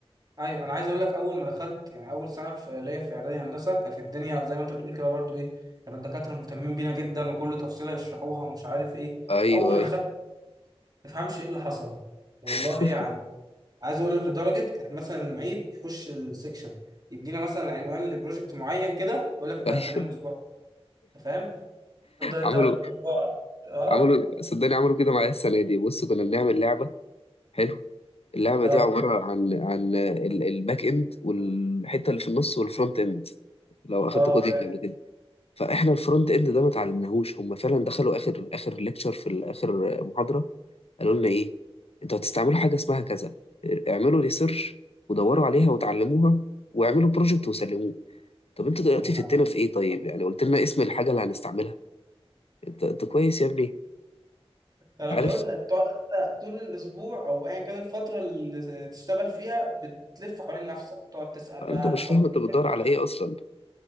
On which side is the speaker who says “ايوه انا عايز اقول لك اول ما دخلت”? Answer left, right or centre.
Right